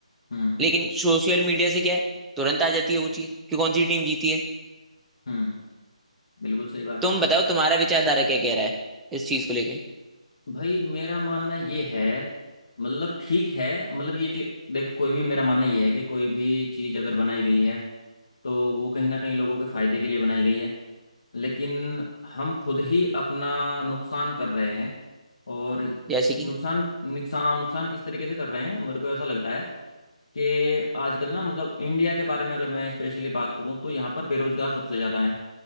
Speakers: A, on the left (about 40°); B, in the centre.
A: हम्म
B: लेकिन सोशल मीडिया से क्या है तुरंत आ जाती है वो चीज कि कौन सी टीम जीती है
A: हम्म बिल्कुल सही बात
B: तुम
A: है
B: बताओ तुम्हारा विचारधारा क्या कह रहा है इस चीज को लेके
A: भाई मेरा मानना ये है मतलब ठीक है मतलब ये जो देखो कोई भी मेरा मानना ये है कि कोई भी चीज़ अगर बनाई गई है तो वो कहीं ना कहीं लोगों के फायदे के लिए बनाई गई है लेकिन हम खुद ही अपना नुकसान कर रहे हैं और
B: जैसे कि
A: नुकसान नुकसान नुकसान किस तरीके से कर रहे हैं मेरे को ऐसा लगता है कि आजकल ना मतलब इंडिया के बारे में अगर मैं स्पेशली बात करूं तो यहाँ पर बेरोजगार सबसे ज़्यादा है